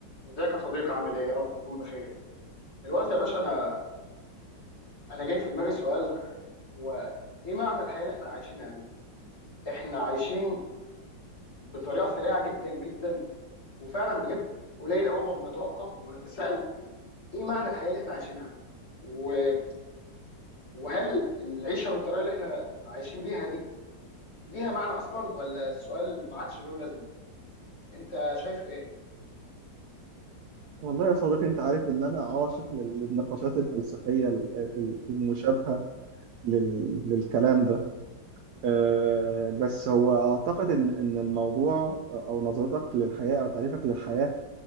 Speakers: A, on the left; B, on the right.
A: ازيك يا صديقي عامل ايه يا رب تكون بخير دلوقتي يا باشا انا انا جاي في دماغي سؤال هو ايه معنى الحياه اللي احنا عايشينها دي احنا عايشين بطريقه سريعه جدا جدا وفعلا بجد قليل قوي ما بنتوقف ونتساءل ايه معنى الحياه اللي احنا عايشينها و- وهل العيشه بالطريقه اللي احنا عايشين بيها دي ليها معنى اصلا ولا السؤال ما عادش له لازمه انت شايف ايه
B: والله يا صديقي انت عارف ان انا عاشق لل- للنقاشات الفلسفيه ال- ال- المشابهه لل- للكلام ده آه، بس هو اعتقد ان ان الموضوع او نظرتك للحياه او تعريفك للحياه